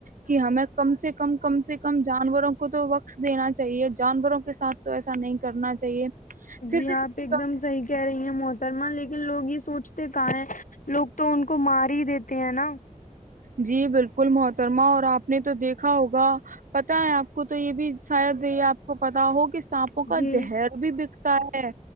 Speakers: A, on the right; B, on the left.
A: کہ ہمیں کم سے کم کم سے کم جانوروں کو تو وقص دینا چاہیے جانوروں کے ساتھ تو ایسا نہیں کرنا چاہیے پھر
B: جی
A: بھی ملتا
B: آپ ایک دم صحیح کہہ رہی ہیں محترما لیکن لوگ یہ سوچتے کہ ہے لوگ تو ان کو مار ہی دیتے ہیں نا
A: جی بالکل محترمہ اور آپ نے تو دیکھا ہوگا پتا ہے آپ کو تو یہ بھی شاید یہ آپ کو پتا وہ کس سانپوں کا
B: جی
A: زہر بھی بکتا ہے